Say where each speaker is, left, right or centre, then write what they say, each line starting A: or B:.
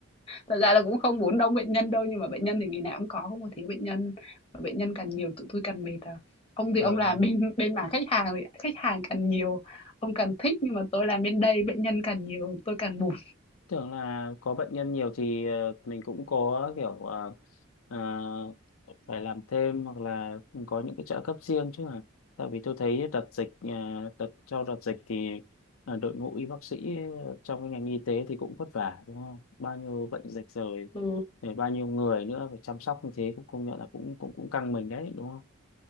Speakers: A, on the left (about 25°); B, on the left (about 85°).
A: Thật ra là cũng không muốn đông bệnh nhân đâu, nhưng mà bệnh nhân thì ngày nào cũng có, không có thiếu bệnh nhân. Mà bệnh nhân càng nhiều tụi tôi càng mệt à. Ông thì
B: ờ,
A: ông làm bên bên mảng khách hàng thì khách hàng càng nhiều, ông càng thích, nhưng mà tôi làm bên đây bệnh nhân càng nhiều, tôi càng buồn.
B: tưởng là có bệnh nhân nhiều thì ờ, mình cũng có kiểu ờ, ờ, phải làm thêm hoặc là có những cái trợ cấp riêng chứ mà tại vì tôi thấy đợt dịch ờ, đợt sau đợt dịch thì ờ, đội ngũ y bác sĩ trong cái ngành y tế thì cũng vất vả đúng không bao nhiêu bệnh dịch rồi
A: Ừ.
B: rồi bao nhiêu người nữa phải chăm sóc như thế cũng công nhận là cũng cũng cũng căng mình đấy đúng không